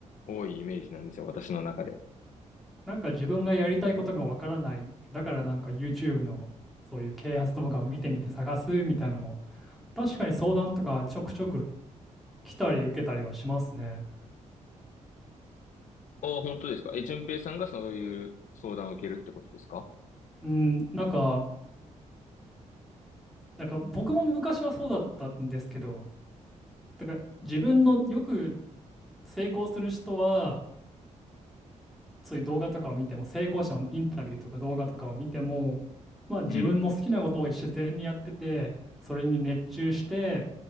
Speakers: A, on the left; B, in the centre.
A: 多いイメージなんですよ、私の中で。
B: なんか自分がやりたいことがわからない。だからなんか YouTube のそういう啓発動画を見てみて探すみたいなのも、確かに相談とかちょくちょく来たり受けたりはしますね。
A: ああ、本当ですか。え、淳平さんがそういう相談を受けるってことですか
B: うん、なんか、なんか僕も昔はそうだったんですけど、だから自分のよく成功する人は、そういう動画とかを見ても、成功者のインタビューとか動画とかを見ても、まあ自分の好きなことを自然にやってて、
A: うん、
B: それに熱中して、